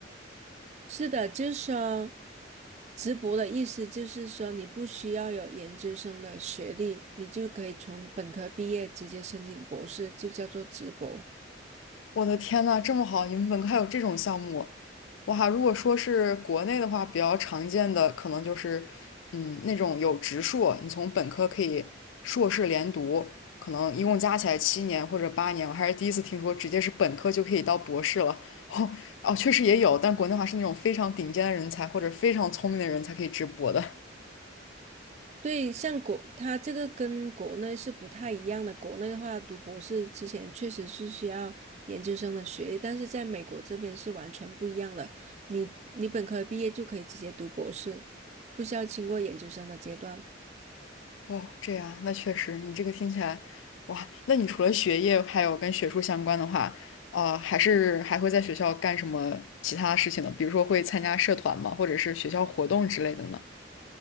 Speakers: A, on the right; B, on the left.
A: 是的，就是说，直博的意思就是说，你不需要有研究生的学历，你就可以从本科毕业直接申请博士，就叫做直博。
B: 我的天呐，这么好！你们本科还有这种项目，哇！如果说是国内的话，比较常见的可能就是，嗯，那种有直硕，你从本科可以硕士连读，可能一共加起来七年或者八年。我还是第一次听说直接是本科就可以到博士了。<laughs> 哦哦，确实也有，但国内的话是那种非常顶尖的人才或者非常聪明的人才可以直博的。
A: 对，像国，它这个跟国内是不太一样的。国内的话，读博士之前确实是需要研究生的学历，但是在美国这边是完全不一样的。你你本科毕业就可以直接读博士，不需要经过研究生的阶段。
B: 哦，这样，那确实，你这个听起来，哇，那你除了学业还有跟学术相关的话，呃，还是还会在学校干什么其他事情呢？比如说会参加社团吗？或者是学校活动之类的呢？